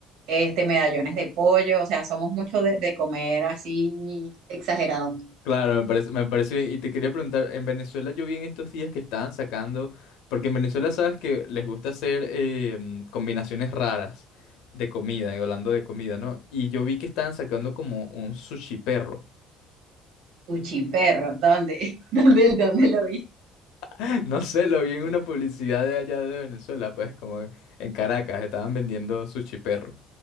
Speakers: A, on the right (about 75°); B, on the left (about 80°).
A: este, medallones de pollo, o sea, somos mucho de, de comer así exagerado.
B: Claro, me parece, me parece bien. Y te quería preguntar, en Venezuela yo vi en estos días que estaban sacando, porque en Venezuela sabes que les gusta hacer eh, mm, combinaciones raras de comida, eh, hablando de comida, ¿no? Y yo vi que estaban sacando como un sushi perro.
A: Sushi perro, ¿dónde? <laughs> ¿Dónde, dónde lo vi?
B: <laughs> No sé, lo vi en una publicidad de allá de Venezuela, pues como en Caracas, estaban vendiendo sushi perro.